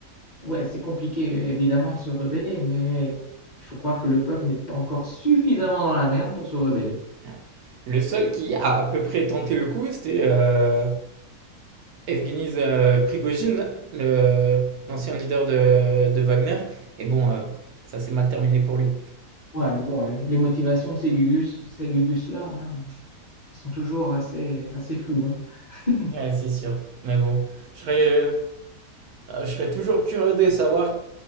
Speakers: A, on the left; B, on the right.
A: ouais, c'est compliqué évidemment de se rebeller, mais il faut croire que le peuple n'est pas encore suffisamment dans la merde pour se rebeller.
B: Ouais. Le seul qui a à peu près tenté le coup, c'était euh, Evgeny euh, Prigogine, le- l'ancien leader de, de Wagner. Et bon, euh, ça s'est mal terminé pour lui.
A: Ouais, mais bon, les, les motivations de ces Gugus, ces Gugus-là, hein, elles sont toujours assez, assez floues. hein. <laughs>
B: Ouais, c'est sûr. Mais bon, je serais, euh, je serais toujours curieux de savoir